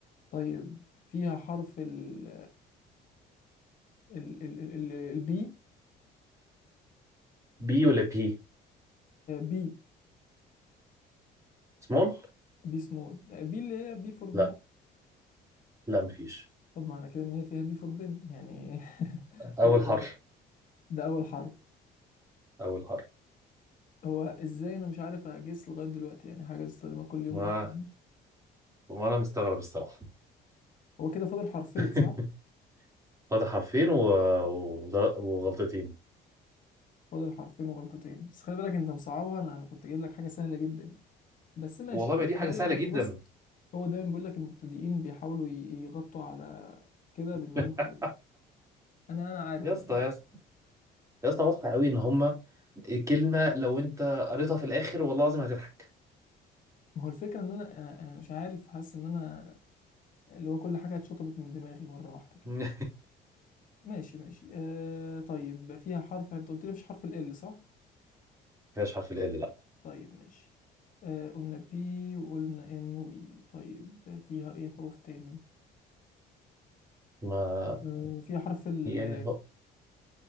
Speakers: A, on the left (about 50°); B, on the right (about 15°).
A: طيب فيها حرف ال ال ال ال البي
B: بي ولا بي
A: بي
B: سمول
A: بي سمول بي اللي هي بي فور بوك
B: لا لا ما فيش
A: طب معنى كده إن هي فيها بي فور بن يعني <laughs>
B: أول
A: يعني
B: حرف
A: ده أول حرف
B: أول
A: هو إزاي أنا مش عارف أجس لغاية دلوقتي يعني حاجة بستخدمها كل يوم
B: حرف
A: الاتنين.
B: وانا مستغرب الصراحه
A: هو كده فاضل حرفين
B: <laughs>
A: صح؟
B: فاضح حرفين و... و... وغلطتين
A: فاضل حرفين وغلطتين بس خلي بالك أنت مصعبها أنا أنا كنت جايب لك حاجة سهلة جدا يعني. بس ماشي
B: والله ما
A: ماشي
B: دي حاجه
A: ده هي-
B: سهله
A: بص
B: جدا
A: هو دايما بيقول لك المبتدئين بيحاولوا ي- يغطوا على كده بان
B: <laughs>
A: هم بي... انا انا عارف
B: يا اسطى
A: الموضوع
B: يا اسطى يا اسطى واضحه قوي ان هما كلمه لو انت قريتها في الاخر والله العظيم هتضحك
A: ما هو الفكره ان انا انا أنا مش عارف حاسس ان انا اللي هو كل حاجه اتشطبت من دماغي مره واحده
B: <laughs>
A: كده
B: ما
A: ماشي ماشي آه طيب فيها حرف انت قلت لي مفيش حرف ال L، صح
B: فيهاش حرف ال L. لا
A: طيب ماشي آه قلنا بي وقلنا ان واي طيب فيها ايه حروف تاني
B: ما
A: آه فيها حرف ال
B: يعني هو